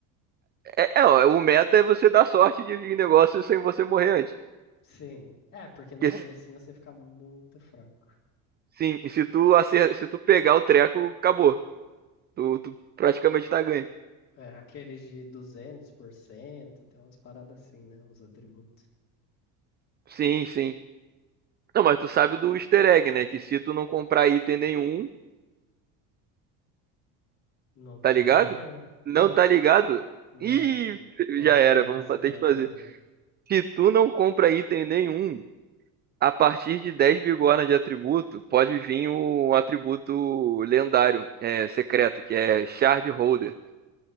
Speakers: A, on the right (about 25°); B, on the left (about 45°).
A: é, é, ó, o meta é você dar sorte de vir negócio sem você morrer antes.
B: Sim. É, porque no
A: Porque
B: comecinho
A: se-
B: você fica muito fraco.
A: sim, se tu acer, se tu pegar o treco, acabou. Tu, tu praticamente tá ganho.
B: É, aqueles de 200%, tem umas paradas assim, né? Os atributos.
A: Sim, sim. Não, mas tu sabe do easter egg, né? Que se tu não comprar item nenhum,
B: Não tô
A: tá ligado?
B: sabendo.
A: Não tá ligado?
B: Não.
A: Ih,
B: Qual
A: já
B: que
A: era,
B: é
A: vamos
B: esse meta
A: ter que fazer.
B: aí?
A: Se tu não compra item nenhum, a partir de 10 bigorna de atributo, pode vir um atributo lendário, é, secreto, que é Shard Holder.